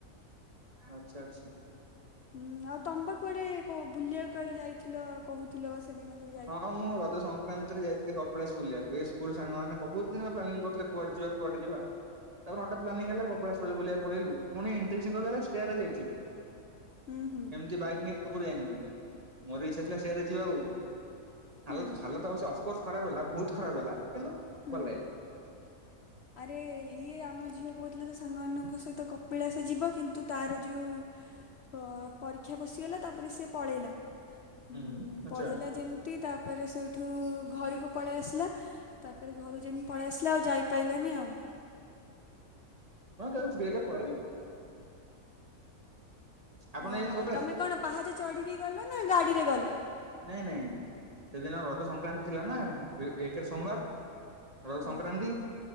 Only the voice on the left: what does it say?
ହୁଁ ଆଉ ତମେ ବା କୁଆଡେ କୋ ବୁଲିବାକୁ କାଳେ ଯାଇଥିଲ କହୁଥିଲ ବା ସେଦିନ ଯେ
ହୁଁ ହୁଁ
ହୁଁ
ହୁଁ
ଆରେ ଇଏ ଆମ ଝିଅ କହୁଥିଲା ତା ସାଙ୍ଗମାନଙ୍କ ସହିତ କପିଳାସ ଯିବ କିନ୍ତୁ ତାର ଯେଉ ପ ପରୀକ୍ଷା ପଶିଗଲା ତାପରେ ସେ ପଳେଇଲା
ଉଁ
ପଳେଇଲା ଯେ ତି ତାପରେ ସେଠୁ ଘରକୁ ପଳେଇ ଆସିଲା ତାପରେ ଘରୁ ଯେମିତି ପଳେଇ ଆସିଲା ଆଉ ଯାଇ ପାଇଲାନି ଆଉ।
ହଁ
ତମେ କଣ ପାହାଚ ଚଢିକି ଗଲ ନା ଗାଡିରେ ଗଲ?
ହଁ